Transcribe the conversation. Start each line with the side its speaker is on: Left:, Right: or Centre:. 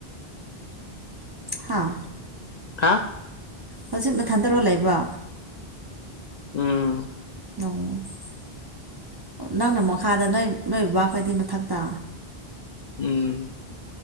Right: ꯍꯥꯥ
Left: ꯍꯥ
Right: ꯍꯧꯖꯤꯛ ꯃꯊꯟꯗꯔꯣ ꯂꯩꯕ
Left: ꯎꯝ
Right: ꯑꯣ ꯅꯪꯅ ꯃꯈꯥꯗ ꯅꯣꯏ ꯅꯣꯏ ꯕꯥꯈꯣꯏꯗꯤ ꯃꯊꯛꯇ
Left: ꯎꯝ